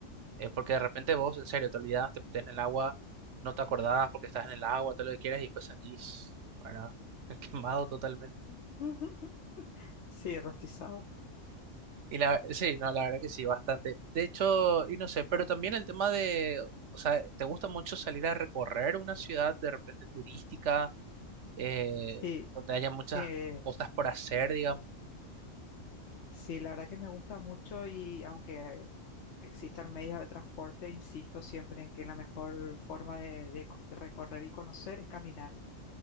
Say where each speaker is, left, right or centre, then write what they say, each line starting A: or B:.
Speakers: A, on the right; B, on the left.
A: eh, porque de repente vos, en serio, te olvidás, te metes en el agua, no te acordás porque estás en el agua, todo lo que quieras y después salís, bueno, <laughs> quemado totalmente.
B: <laughs> Sí, rostizado.
A: Y la, sí, no, la verdad que sí, bastante. De hecho, y no sé, pero también el tema de, o sea, ¿te gusta mucho salir a recorrer una ciudad de repente turística? eh,
B: Sí.
A: donde haya muchas
B: eh,
A: cosas por hacer, digamos,
B: Sí, la verdad que me gusta mucho y aunque existan medios de transporte, insisto siempre en que la mejor forma de, de co- recorrer y conocer es caminar,